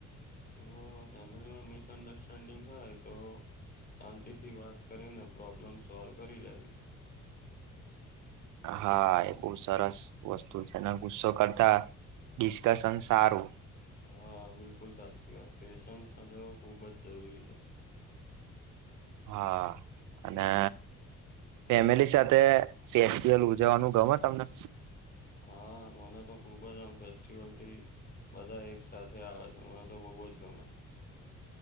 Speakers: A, on the left (about 30°); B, on the right (about 80°).
A: હું ફેમિલીમાં મિસઅન્ડરસ્ટેન્ડિંગ થાય તો શાંતિ થી વાત કરીને પ્રોબ્લમ સોલ્વ કરી લેવી
B: હા એ બો સરસ વસ્તુ છેને ગુસ્સો કરતા ડિસ્કસન સારું.
A: હા બિલકુલ સાચી વાત પેશન્સ સલાહો ખુબ જ જરૂરી છે.
B: હા અને ફેમિલી સાથે ફેસ્ટિવલ ઉજવવાનું ગમ તમન.
A: હા મન તો ખુબ જ આમ ફેસ્ટિવલથી બધા એક સાથે આવે છે મને તો બઉ જ ગમે.